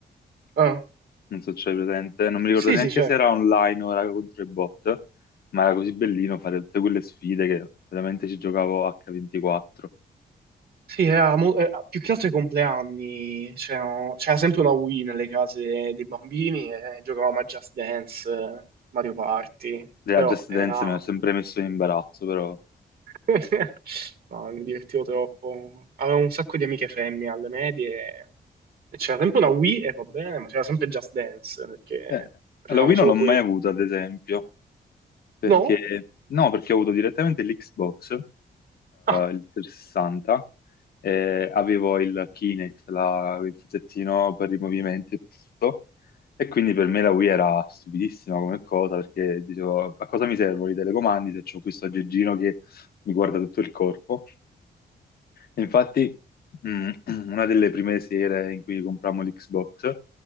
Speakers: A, on the right; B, on the left.
A: ah,
B: non so se c'è presente, non mi ricordo
A: sì,
B: neanche
A: sì, certo.
B: se era online o era contro i bot, ma era così bellino fare tutte quelle sfide che veramente ci giocavo H24.
A: Sì, era mo- eh, più che altro ai compleanni c'era, c'era sempre una Wii nelle case dei bambini e giocavamo a Just Dance, eh, Mario Party,
B: La
A: però
B: Just
A: era...
B: Dance mi ha sempre messo in imbarazzo, però...
A: <laughs> No, mi divertivo troppo. Avevo un sacco di amiche femmine alle medie e c'era sempre una Wii e va bene, ma c'era sempre Just Dance perché
B: Eh,
A: facevamo
B: la Wii
A: solo
B: non l'ho mai
A: quello.
B: avuta, ad esempio. Perché,
A: No?
B: no, perché ho avuto direttamente l'Xbox, eh,
A: Ah,
B: il 360, e avevo il Kinect, la- il pezzettino per i movimenti e tutto, e quindi per me la Wii era stupidissima come cosa, perché dicevo, a cosa mi servono i telecomandi se ho questo aggeggino che mi guarda tutto il corpo? Infatti, mm, <clears throat> una delle prime sere in cui comprammo l'Xbox